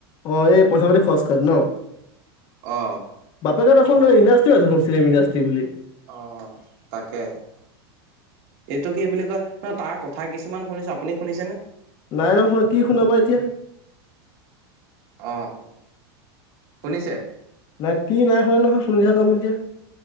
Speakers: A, on the left (about 35°); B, on the right (about 50°).
A: অ এই পইচ পাতি খৰচ কৰে নাপ
B: অ
A: বত এখন ইণদ্ৰাষ্ট্ৰি আছে নিলম ইণ্ডাষ্ট্ৰি বুলি।
B: অ তাকে, এইটো কি বুলি কয় ন তাৰ কথা কিছুমান শুনিছো আপুনি শুনিছেনেে
A: নাই ন শুনা কি শুনাবা এতিয়া।
B: আহ শুনিছে।
A: নাই কি নাই শুনে নহয় শুনিছা তম এতিয়া